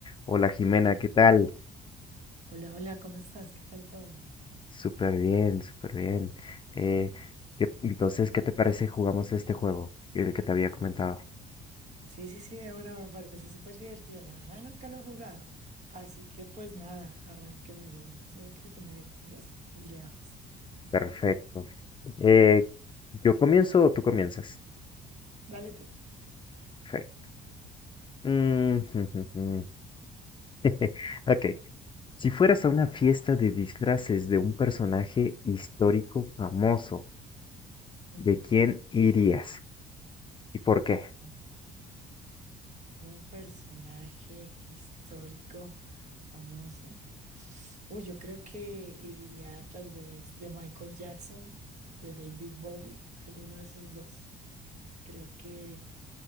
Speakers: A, on the left; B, on the right.
A: Hola Jimena, ¿qué tal?
B: Hola, hola, ¿cómo estás? ¿Qué tal todo?
A: Súper bien, súper bien. Eh, ¿qué- entonces, ¿qué te parece jugamos este juego? El que te había comentado.
B: Sí, sí, sí, de una me parece súper divertido. La verdad, nunca lo he jugado. Así que, pues nada, arranquemos. Eso es lo que tú me digas y leamos.
A: Perfecto. Eh, ¿yo comienzo o tú comienzas?
B: Dale tú.
A: Fe- Mm, <laughs> jum, jum, jum. <laughs> Ok. Si fueras a una fiesta de disfraces de un personaje histórico famoso,
B: Ujú,
A: ¿de quién irías? ¿Y por qué?
B: ujú. Un personaje histórico famoso. Uy, yo creo que iría tal vez de Michael Jackson, de David Bowie, alguno de esos dos. Creo que